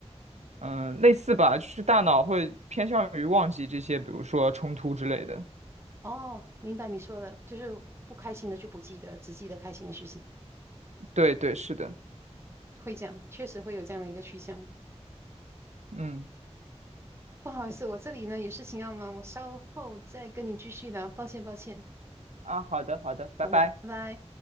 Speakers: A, on the right; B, on the right.
A: 嗯，类似吧，就是大脑会偏向于忘记这些，比如说冲突之类的。
B: 哦，明白你说的，就是不开心的就不记得，只记得开心的事情，
A: 对对，是的，
B: 会这样，确实会有这样的一个趋向。
A: 嗯，
B: 不好意思，我这里呢有事情要忙，我稍后再跟你继续聊，抱歉抱歉。
A: 啊，好的，好的，拜拜。
B: 好的，拜拜。